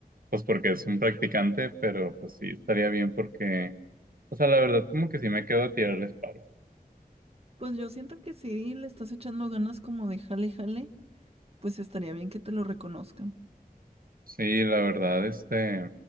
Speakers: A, on the right; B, on the right.
A: pues porque es un practicante, pero pues sí estaría bien porque, o sea, la verdad como que sí me quedo a tirarles paro.
B: Pues yo siento que si le estás echando ganas como de jale, jale, pues estaría bien que te lo reconozcan.
A: Sí, la verdad, este,